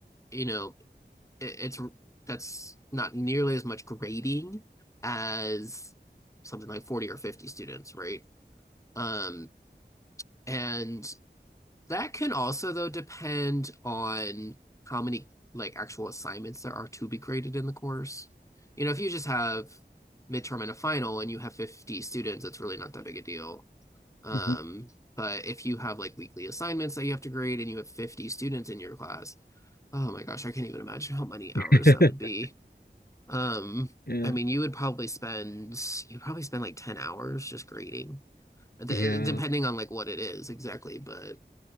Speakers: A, on the left; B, on the left.
A: you know, it, it's that's not nearly as much grading as something like 40 or 50 students, right? Um, and that can also though depend on how many like actual assignments there are to be graded in the course. You know, if you just have midterm and a final and you have 50 students, it's really not that big a deal. Um,
B: Mhm.
A: but if you have like weekly assignments that you have to grade and you have 50 students in your class, oh my gosh, I can't even imagine how many hours
B: <laughs>
A: that would be. Um,
B: Yeah.
A: I mean, you would probably spend you probably spend like 10 hours just grading D-
B: Yeah.
A: depending on like what it is exactly, but